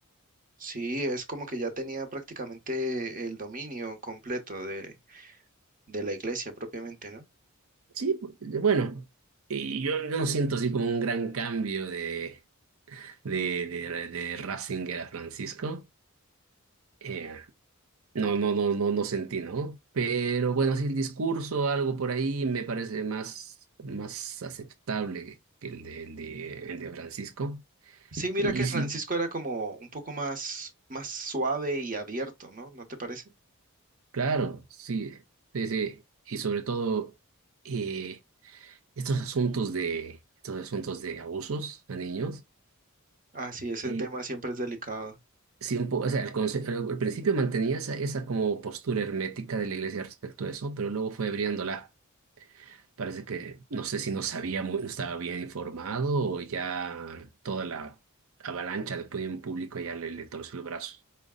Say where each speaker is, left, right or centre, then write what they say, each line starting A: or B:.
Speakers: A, on the right (about 40°); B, on the right (about 65°).
A: Sí, es como que ya tenía prácticamente el dominio completo de, de la iglesia propiamente, ¿no?
B: Sí, bueno, y yo no siento así como un gran cambio de, de, de, de Ratzinger a Francisco. Eh, no, no, no, no, no sentí, ¿no? Pero bueno, sí, el discurso, algo por ahí, me parece más, más aceptable que el de, el de, el de Francisco.
A: Sí, mira
B: Y
A: que Francisco
B: sí,
A: era como un poco más, más suave y abierto, ¿no? ¿No te parece?
B: claro, sí, sí, sí. Y sobre todo. eh, estos asuntos de, estos asuntos de abusos a niños,
A: Ah, sí, ese
B: eh,
A: tema siempre es delicado.
B: sí un po- o sea, al, conce- al- al principio mantenía esa, esa como postura hermética de la iglesia respecto a eso, pero luego fue abriéndola. Parece que no sé si no sabía, mu- no estaba bien informado o ya toda la avalancha de opinión público ya le, le torció el brazo.